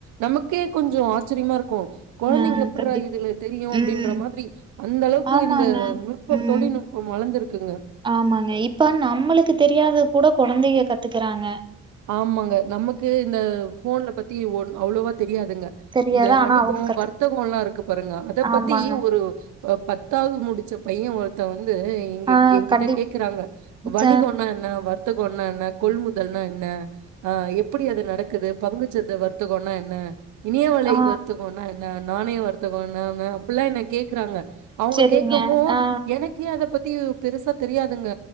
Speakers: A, on the right (about 80°); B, on the right (about 15°).
A: நமக்கே கொஞ்சோ ஆச்சரியமா இருக்கு குழந்தைங்க
B: ஆ
A: எப்பிறா
B: கண்டிப்
A: இதுல தெரியு அப்டின்ற
B: ம்.
A: மாரி அந்த அளவுக்கு
B: ஆமாங்க.
A: இந்த நுட்பம்
B: ம்.
A: தொழில்நுட்பம் வளந்திருக்குங்க
B: ஆமாங்க இப்ப நம்மளுக்கு தெரியாது கூட குழந்தைங்க கத்துக்றாங்க
A: ஆமாங்க நமக்கு இந்த போன்ல பத்தி ஒர் அவ்ளோவா தெரியாதுங்க
B: தெரியாது.
A: இந்த
B: ஆனா
A: வணிகோ
B: அவங்க கத்து
A: வர்த்தகோ எல்லா இருக்கு பாருங்க அத
B: ஆமாங்க.
A: பத்தி ஒரு பத்தாவது முடிச்ச பைய ஒருத்த வந்து
B: ஆ
A: ஏகிட்ட
B: கண்டிப்
A: கேக்றாங்க வணிகோனா
B: ச
A: என்ன வர்த்தகோனா என்ன கொள்முதல்னா என் ன ஆ எப்டி அது நடக்குது பங்குச்சந்த வர்த்தகோனா என்ன இணையவலை
B: ஆ
A: வர்த்தகோனா என்ன நாணய வருத்தகோனா என்ன அப்டிலா என்ன கேக்றாங்க அவுங்க
B: சரிங்க.
A: கேட்கமோ
B: ஆ
A: எனக் கே அத பத்தி பெருசா தெரியாதுங்க